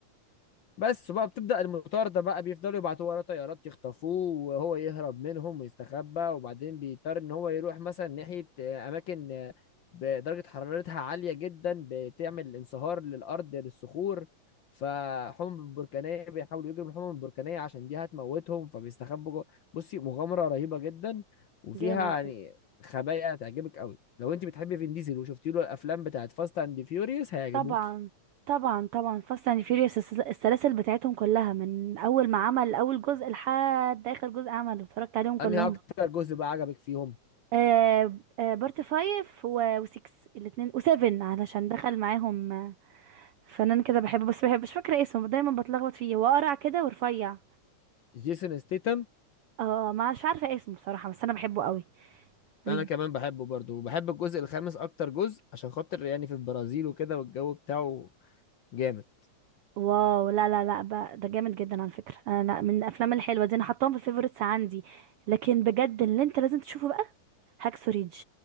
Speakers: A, on the left; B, on the right.
A: بس وبقى بتبدأ المطاردة بقى بيفضلوا يبعتوا وراه طيارات يخطفوه وهو يهرب منهم ويستخبى وبعدين بيضطر ان هو يروح مثلا ناحية آه، اماكن آه، بدرجة حرارتها عالية جدا بتعمل انصهار للأرض للصخور فالحمم البركانية بيحاولوا يجروا من الحمم البركانية عشان دي هتموتهم فبيستخبوا جوه بصي مغامرة رهيبة جدا وفيها
B: جامد
A: يعني خبايا هتعجبك قوي لو انت بتحبي فين ديزل وشفتي له الافلام بتاعت فاست اند فيوريوس هيعجبوكي
B: طبعا طبعا طبعا فاست اند فيوريوس السلاسل بتاعتهم كلها من اول ما عمل اول جزء لحد اخر جزء عمله اتفرجت عليهم كلهم
A: انهي اكتر جزء بقى عجبك فيهم
B: آه آه بارت فايف و وسكس الاتنين وسيفن علشان دخل معاهم آه، فنان كده بحبه بس بحب مش فاكرة اسمه دايما بتلخبط فيه هو قرع كده ورفيع
A: جيسون ستيتم
B: اه مش عارفة اسمه بصراحة بس انا بحبه قوي من-
A: انا كمان بحبه برضه وبحب الجزء الخامس اكتر جزء عشان خاطر يعني في البرازيل وكده والجو بتاعه جامد
B: واو لا لا لا بقى ده جامد جدا على فكرة انا لا من الافلام الحلوة دي انا حطاهم في الفيفوريتس عندي لكن بجد اللي انت لازم تشوفه هاكسو ريدج